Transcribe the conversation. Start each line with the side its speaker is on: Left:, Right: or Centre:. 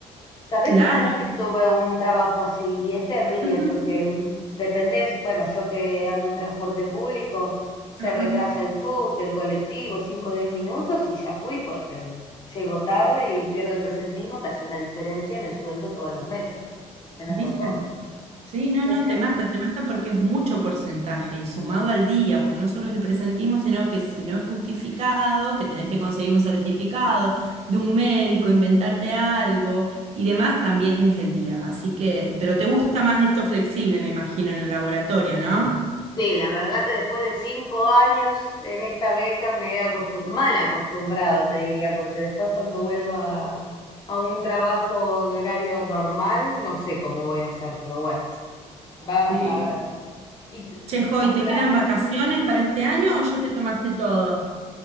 Left: Sabés
Right: Claro.
Left: que yo también tuve un trabajo así y es terrible
Right: Ujú.
Left: porque mm, dependés, bueno, yo que ando en transporte público, se
Right: Ajá.
Left: retrasa el subte, el colectivo, cinco o 10 minutos y ya fui porque llego tarde y pierdo el presentismo que hace una diferencia en el sueldo todos los meses. Tenés
Right: ¿Viste?
Left: razón.
Right: Sí, no,
Left: Este,
Right: no, te mata, te mata porque es mucho porcentaje y sumado al día, porque no solo es el presentismo, sino que si no es justificado, que tenés que conseguir un certificado de un médico, inventarte algo y demás, también es el día. Así que, pero te gusta más esto flexible, me imagino, en el laboratorio, ¿no?
Left: Sí, la verdad que después de cinco años en esta beca me he acostum- mal acostumbrado, te diría, porque después cuando vuelva a a un trabajo de horario normal, no sé cómo voy a hacer, pero bueno, vamos
Right: Sí.
Left: a ver. Y,
Right: Che,
Left: y
Right: Joy,
Left: contame,
Right: ¿te quedan vacaciones
Left: sí.
Right: para este año o ya te tomaste todo?